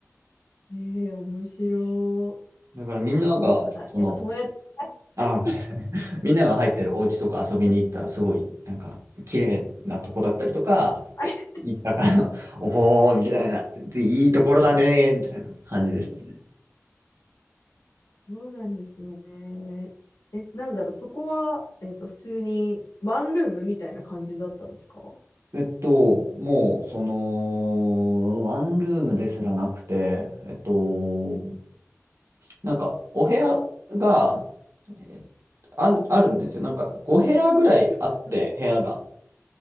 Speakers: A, on the left (about 75°); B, on the right (about 65°).
A: えー、面白い。
B: だからみんなが、
A: あ、そうなん、なんか、
B: その、
A: やっぱ友達
B: あー、
A: <laughs>
B: ごめんなさい。<laughs> みんなが入ってるお家とか遊びに行ったら、
A: <laughs> そう
B: すごい、なんか、綺麗なとこだったりとか、
A: あ
B: 行ったから、<laughs> おほー、みたいな、いいところだねー、みたいな感じでしたね。
A: そうなんですね。え、なんだろう、そこは、えっと、普通にワンルームみたいな感じだったんですか
B: えっと、もう、その、ワンルームですらなくて、えっと、なんか、お部屋が、えーある、あるんですよ。なんか、5部屋ぐらいあって、
A: うん
B: 部屋が。